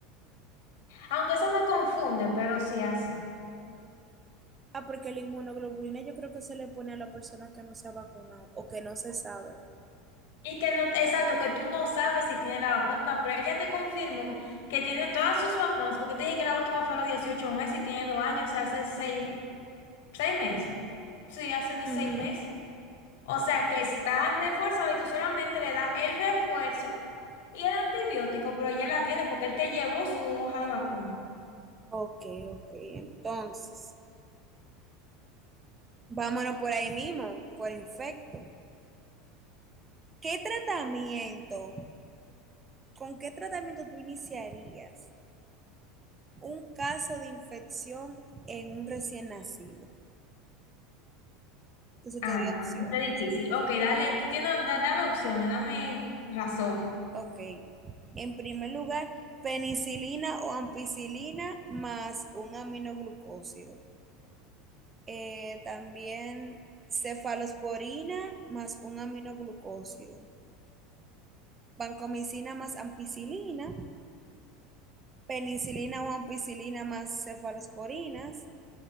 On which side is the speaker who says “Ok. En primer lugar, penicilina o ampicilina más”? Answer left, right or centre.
Right